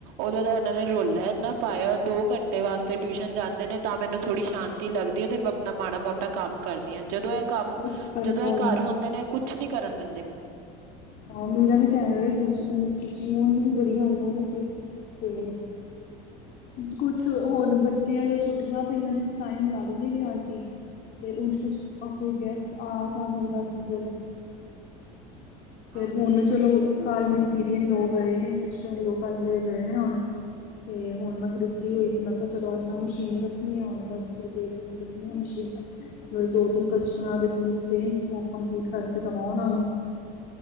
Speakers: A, on the right; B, on the left.
A: ੳਦਾ ਦਾ ਏਨਾ ਨੇ ਰੋਲਾ ਏਨਾ ਪਾਏਆ, ਦੋ ਘੰਟੇ ਵਾਸਤੇ ਟਿਊਸ਼ਨ ਜਾਂਦੇ ਨੇ ਤਾਂ ਮੈਨੂੰ ਥੋੜੀ ਸ਼ਾਂਤੀ ਲੱਗਦੀ ਏ ਤੇ ਮੈਂ ਤਾਂ ਮਾੜਾ ਮੋਟਾ ਕੰਮ ਕਰਦੀ ਆਂ, ਜਦੋਂ ਏ ਕੰਮ
B: ਸਹੀ
A: ਜਦੋਂ
B: ਗੱਲ
A: ਏ ਘਰ ਹੁੰਦੇ ਨੇ ਕੁਛ ਨੀ ਕਰਨ ਦੇਂਦੇ ਮੈਨੂੰ।
B: ਹਾਂ ਮੇਰਾ ਵੀ ਤਾਂ ਹੈ ਵੇ ਕੁਛ ਮੇਰੇ ਸਟਿਚਿੰਗ ੳੰਝ ਵੀ ਬੜੀਆਂ ਆਈਆਂ ਦੀ ਸੀ ਤੇ ਕੁਛ ਹੁਣ ਬੱਚੇਆਂ ਦਾ ਛੁੱਟੀਆਂ ਪਈਆਂ ਦੀ ਸੀ, ਟਾਈਮ ਲੱਗ ਨਈ ਰਿਆ ਸੀ। ਤੇ ਉੰਝ ਕੁਛ, ਕੋਈ ਗੈਸਟ ਆ ਜਾ ਹੁੰਦਾ ਸੀ ਫੇਰ ਫੇਰ
A: ਆਹੋ
B: ਹੁਨ ਚਲੋ ਕੱਲ ਮੇਰੀ ਦੀਦੀ ਇਨ ਲਾੱ ਗਏ ਨੇ, ਸਿਸਟਰ ਇਨ ਲੋ ਕੱਲ ਮੇਰੇ ਗਏ ਨੇ ਹੁਨ ਤੇ ਹੁਨ ਮੈਂ ਥੋੜੀ ਫੀ੍ ਹੋਈ ਸੀ ਮੈਂ ਕੇਆ ਚਲੋ ਅੱਜ ਮੈਂ ਮਸ਼ੀਨ ਰੱਖਨੀ ਆ ਹੁਨੇ ਬਸ ਥੋੜੀ ਦੇਰ ਤਿਕਨ ਰੱਖਨੀ ਆ ਮਸ਼ੀਨ। ਜੇੜੇ ਦੋ ਤਿੰਨ ਕਸਟਮਰਾਂ ਦੇ ਪੀਸ ਪਏ ਨੇ ਓ ਕੰਪਲੀਟ ਕਰਕੇ ਦਵਾਂ ਓਨਾਂ ਨੂੰ।